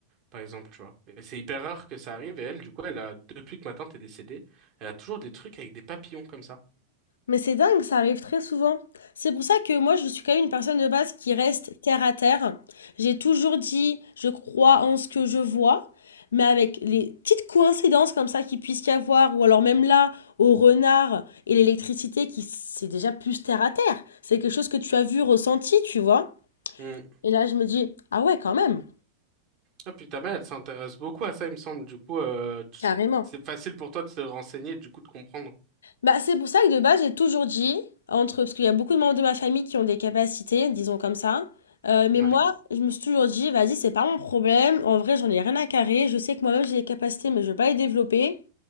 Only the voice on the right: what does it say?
par exemple, tu vois. Et c'est hyper rare que ça arrive, et elle, du coup, elle a, depuis que ma tante est décédée, elle a toujours des trucs avec des papillons comme ça.
Mm.
Ah, puis ta mère, elle s'intéresse beaucoup à ça, il me semble, du coup, euh, tu-
c'est facile pour toi de te renseigner, et du coup, de comprendre.
Ouais,